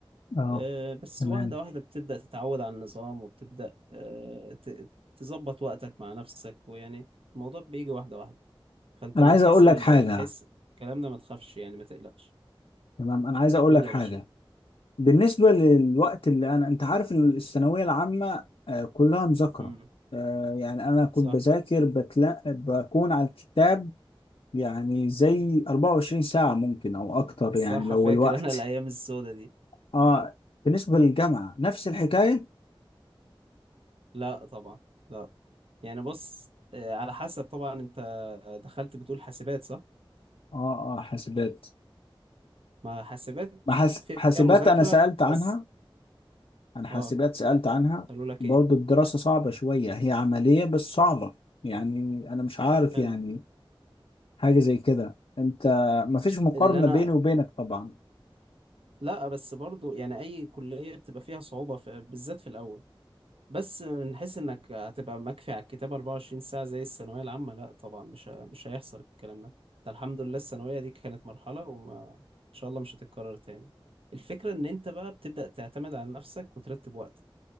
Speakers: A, on the left (about 80°); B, on the right (about 80°).
A: اه
B: آه، بس
A: تمام
B: واحدة واحدة بتبدأ تتعود على النظام وبتبدأ آه، ت- تظبط وقتك مع نفسك ويعني الموضوع بيجي واحدة واحدة فأنت
A: انا
B: من
A: عايز
B: حيث
A: اقول لك
B: ال...
A: حاجة
B: من حيث الكلام ده ما تخافش يعني ما تقلقش
A: تمام انا عايز اقول
B: قول
A: لك حاجة
B: يا باشا
A: بالنسبة للوقت اللي انا انت عارف إن الثانوية العامة آه، كلها مذاكرة
B: امم
A: آه، يعني انا كنت
B: صح
A: بذاكر بتلا... بكون على الكتاب يعني زي 24 ساعة ممكن أو أكتر
B: صح
A: يعني لو
B: فاكر
A: الوقت
B: أنا الأيام السودة دي
A: آه بالنسبة للجامعة نفس الحكاية
B: لا طبعا لا يعني بص آه، على حسب طبعا أنت دخلت بتقول حاسبات صح
A: آه آه حاسبات
B: ما حاسبات
A: ما حاس...
B: فيها
A: حاسبات
B: مذاكرة
A: أنا سألت عنها
B: بس
A: أنا حاسبات
B: اه
A: سألت عنها
B: قالوا لك
A: برضو
B: ايه
A: الدراسة صعبة شوية هي عملية بس صعبة يعني أنا مش عارف
B: حلو
A: يعني حاجة زي كده أنت ما فيش مقارنة
B: اللي انا
A: بيني وبينك طبعا
B: لا بس برضو يعني اي كلية بتبقى فيها صعوبة في بالذات في الاول بس من حيث انك هتبقى مكفي على الكتاب 24 ساعة زي الثانوية العامة لا طبعا مش ه- مش هيحصل الكلام ده انت الحمد لله الثانوية دي كانت مرحلة وما ان شاء الله مش هتتكرر تاني الفكرة ان انت بقى بتبدأ تعتمد على نفسك وترتب وقتك